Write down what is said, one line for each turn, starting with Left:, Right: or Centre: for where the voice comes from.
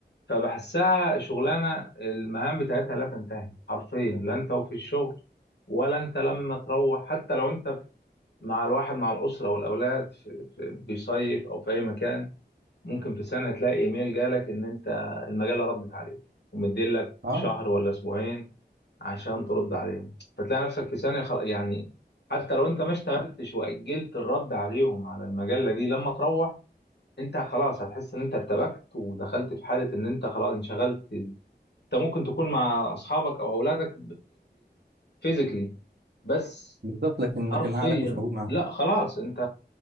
Left: فبحسها شغلانه المهام بتاعتها لا تنتهي حرفيا لا انت وفي الشغل ولا انت لما تروح حتى لو انت مع الواحد مع الاسره والاولاد في في بيصيف او في اي مكان ممكن في سنه تلاقي ايميل جالك ان انت المجله ردت عليك ومديلك
Right: اه
Left: شهر ولا اسبوعين عشان ترد عليهم فتلاقي نفسك في ثانيه خل... يعني حتى لو انت ما اشتغلتش واجلت الرد عليهم على المجله دي لما تروح انت خلاص هتحس ان انت ارتبكت ودخلت في حاله ان انت خلاص انشغلت انت ممكن تكون مع اصحابك او اولادك فيزيكلي بس
Right: بالظبط لكن
Left: حرفيا
Right: لكن عقلك مش موجود معاهم
Left: لا خلاص انت